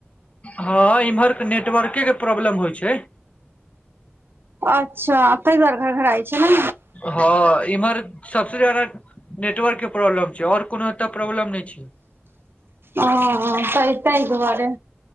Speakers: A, on the left; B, on the right.
A: हँ इम्हरक नेटवर्केके प्रॉब्लम होइ छै
B: अच्छा तै दुआरे घर घराय छै ने
A: हँ इम्हर सबसँ जादा नेटवर के प्रॉब्लम छै और कोनो एतय प्रॉब्लम नहि छै
B: ओ त तैआरे